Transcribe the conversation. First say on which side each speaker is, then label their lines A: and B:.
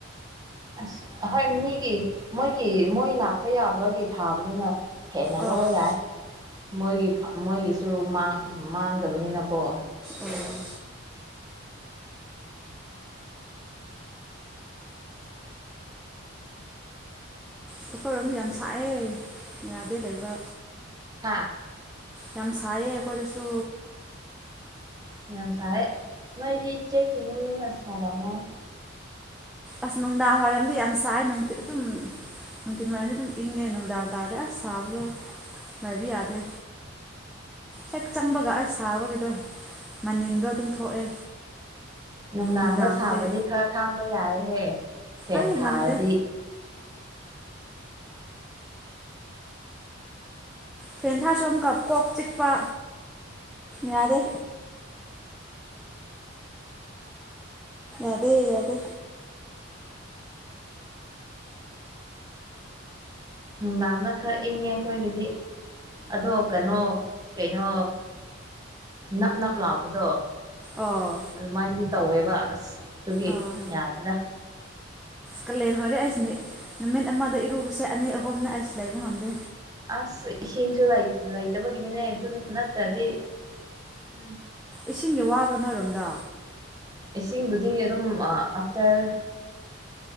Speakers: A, on the right; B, in the centre.
A: ꯑꯁ ꯍꯣꯏ ꯃꯤꯒꯤ ꯃꯣꯏꯒꯤ ꯃꯣꯏ ꯂꯥꯛꯄ ꯌꯥꯗꯕꯒꯤ ꯊꯥꯕꯗꯨꯅ ꯍꯦꯟꯅ
B: ꯑꯥ
A: ꯂꯧꯕ ꯌꯥꯏ ꯃꯣꯏꯒꯤ ꯃꯣꯏꯒꯤꯁꯨ ꯃꯥꯡꯗꯕꯅꯤꯅꯀꯣ
B: ꯑꯣ ꯑꯩꯈꯣꯏꯔꯣꯝꯁꯨ ꯌꯥꯝ ꯁꯥꯛꯑꯦ ꯌꯥꯗꯦ ꯂꯩꯕ
A: ꯑꯥ
B: ꯌꯥꯝ ꯁꯥꯏꯌꯦ ꯑꯩꯈꯣꯏꯗꯁꯨ
A: ꯌꯥꯝ ꯁꯥꯔꯦ ꯃꯣꯏꯗꯤ ꯏꯆꯦ ꯀ ꯌꯨꯝꯅꯤꯅ ꯁꯥꯔꯝꯃꯣꯏ
B: ꯑꯁ ꯅꯨꯡꯗꯥꯡ ꯋꯥꯏꯔꯝꯗꯤ ꯌꯥꯝ ꯁꯥꯏꯅꯨꯡꯤ ꯑꯗꯨꯝ ꯅꯨꯡꯊꯤꯜ ꯋꯥꯏꯔꯝꯗꯤ ꯑꯗꯨꯝ ꯏꯪꯉꯦ ꯅꯨꯡꯗꯥꯡ ꯇꯥꯔꯗꯤ ꯑꯁ ꯁꯥꯕꯗꯣ ꯉꯥꯏꯕ ꯌꯥꯗꯦ ꯍꯦꯛ ꯆꯪꯕꯒ ꯑꯩ ꯁꯥꯕꯒꯤꯗꯣ ꯃꯅꯤꯟꯗꯣ ꯑꯗꯨꯝ ꯊꯣꯛꯑꯦ
A: ꯅꯨꯡꯗꯥꯡꯗ
B: ꯅꯨꯡꯗꯥꯡꯗꯗꯤ
A: ꯁꯥꯕꯗꯤ ꯈꯔ ꯈꯥꯡꯕ ꯌꯥꯏ ꯍꯦ ꯐꯦꯟ
B: ꯑꯩ
A: ꯊꯥꯔꯗꯤ
B: ꯉꯝꯗꯦ ꯐꯦꯟ ꯊꯥꯥꯁꯝ ꯀꯞ ꯀꯣꯛꯣꯛ ꯆꯤꯛꯄ ꯌꯥꯔꯦ ꯑꯗꯦ ꯑꯗꯦ
A: ꯅꯨꯡꯗꯥꯡꯡꯅ ꯈꯔ ꯏꯪꯉꯦ ꯑꯩꯈꯣꯏꯒꯤꯗꯤ ꯑꯗꯣ ꯀꯩꯅꯣ ꯀꯩꯅꯣ ꯅꯞ ꯅꯞ ꯂꯥꯎꯕꯗꯣ
B: ꯑꯣ
A: ꯑꯗꯨꯃꯥꯏꯅꯗꯤ ꯇꯧꯋꯦ ꯋꯥꯁ ꯑꯗꯨꯒꯤ
B: ꯑꯣ
A: ꯌꯥꯗꯦꯗ
B: ꯀꯥꯂꯦꯟ ꯑꯣꯏꯔꯦ ꯑꯩꯁ ꯅꯨꯃꯤꯠ ꯑꯃꯗ ꯏꯔꯨꯕꯁꯦ ꯑꯅꯤ ꯑꯍꯨꯝꯅ ꯑꯩꯁ ꯂꯩꯕ ꯉꯝꯗꯦ
A: ꯑꯁ ꯏꯁꯤꯡꯁꯨ ꯂꯩꯇꯕꯒꯤꯅꯤꯅꯦ ꯑꯗꯨ ꯅꯠꯇ꯭ꯔꯗꯤ ꯎꯝ
B: ꯏꯁꯤꯡꯒꯤ ꯋꯥꯕ ꯅꯣꯏꯔꯣꯝꯗ
A: ꯏꯁꯤꯡꯕꯨꯗꯤ ꯑꯗꯨꯝ ꯑꯥꯐꯇꯔ